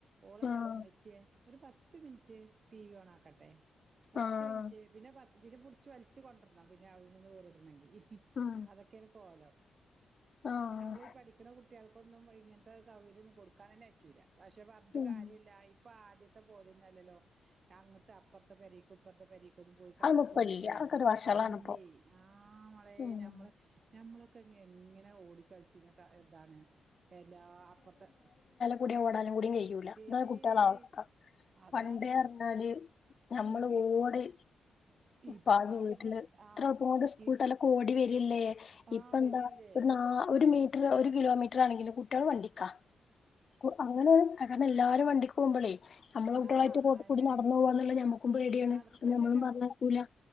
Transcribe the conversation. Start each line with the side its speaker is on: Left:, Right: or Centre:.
Right: ഓള് എന്താ
Left: ആഹ്
Right: കാട്ട്ണ് ഉമ്മച്ചിയെ ഒരു പത്ത് മിനിറ്റ് ടി വി ഓണാക്കട്ടെ പത്ത്
Left: ആഹ്
Right: മിനിറ്റ് പിന്നെ പത്ത് പിന്നെ പിടിച്ച് വലിച്ചു കൊണ്ടരണം പിന്നെ അവിടുമ്മേന്ന് വേറിടണെങ്കി
Left: ഉം
Right: അതൊക്കെയാണ് കോലം
Left: ആഹ്
Right: നമ്മളീ പഠിക്കണ കുട്ടികൾക്കൊന്നും ഇങ്ങനെ ത്ത സൗകര്യം ഒന്നും കൊടുക്കാൻ തന്നെ പറ്റില്ല പക്ഷെ പറഞ്ഞിട്ട്
Left: ഉം
Right: കാര്യവില്ല ഇപ്പൊ ആദ്യത്തെ പോലൊന്നും അല്ലല്ലോ അങ്ങിട്ട് അപ്പുറത്തെ പെരേക്കും ഇപ്പുറത്തെ പെരേക്കും പൊതും പോയി കളിക്കൊന്നും
Left: അതൊന്നും ഇപ്പല്ല
Right: ഇല്ലേ
Left: അതൊക്കെ ഒരു വഷളാണിപ്പോ
Right: ഇല്ലേ ആഹ് മളെ
Left: ഉം
Right: ഞമ്മള് ഞമ്മളൊക്കെങ്ങ് എങ്ങനെ ഓടി കളിച്ചിരുന്ന ഇതാണ് എല്ലാ അപ്പുറത്തെ
Left: കൂടെ ഓടാനും കൂടി കയ്യൂല്ല ല്ല ഇതാ
Right: ഏയ്
Left: കുട്ടികളവസ്ഥ
Right: അതാണേ
Left: പണ്ട് പറഞ്ഞാല് നമ്മള്
Right: ഈ ഈ
Left: ഓടി
Right: ഇപ്പ
Left: പ്പാഞ്ഞ്
Right: ആ
Left: വീട്ടില്
Right: പിന്നെ ആ
Left: ഇത്ര പോണ്ട് സ്കൂൾ
Right: ഈ
Left: വിട്ടാലൊക്കെ ഓടി വരുവല്ലേ
Right: ആ
Left: ഇപ്പം എന്താ
Right: വരിയല്ലേ
Left: ഒരു നാ ഒരു മീ റ്ററ് ഒരു കിലോമീറ്റർ ആണെങ്കിലും കുട്ടികള് വണ്ടിക്ക കു അങ്ങനെ അങ്ങനെ എല്ലാരും വണ്ടിക്ക് പോകുമ്പോളേ നമ്മളെ കുട്ടികളായിട്ട്
Right: ആ
Left: റോട്ട്
Right: അയന്നെണേ
Left: കൂടി നടന്നു പോകവാന്നുള്ള ഞമ്മക്കും പേടിയാണ്
Right: നടത്തല്ലല്ലോ
Left: അപ്പൊ നമ്മളും പറഞ്ഞയക്കൂല